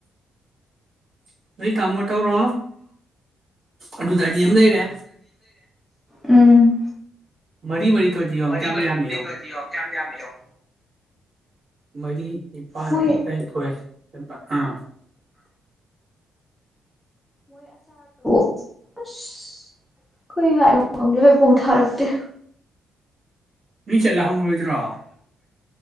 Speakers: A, on the right; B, in the centre.
A: <inaudible> ꯅꯣꯏ ꯇꯥꯝꯃꯣ ꯇꯧꯔꯣ ꯑꯗꯨꯗ ꯃꯤ ꯑꯃ ꯂꯩꯔꯦ
B: ꯎꯝ
A: ꯃꯔꯤ ꯃꯔꯤ ꯇꯧꯔꯗꯤ ꯌꯦꯡꯉꯣ
B: ꯃꯔꯤ
A: ꯀꯌꯥꯝ
B: ꯃꯔꯤ
A: ꯌꯥꯝꯃꯦ
B: ꯇꯧꯔꯗꯤ ꯌꯦꯡꯉꯣ ꯀꯌꯥꯝ ꯌꯥꯝꯃꯦ ꯌꯦꯡꯉꯣ
A: ꯃꯔꯤ ꯅꯤꯄꯥꯜ
B: ꯃꯣꯏ
A: ꯇꯔꯥꯅꯤꯊꯣꯏ ꯑ
B: ꯑꯁ ꯑꯩꯈꯣꯏ ꯍꯥꯏꯔꯣꯈꯪꯗꯦꯗ ꯄꯨꯊꯥꯔꯛꯇꯦ
A: ꯃꯤ ꯆꯠꯂ ꯍꯪꯉꯨꯔꯣꯏꯗ꯭ꯔꯣ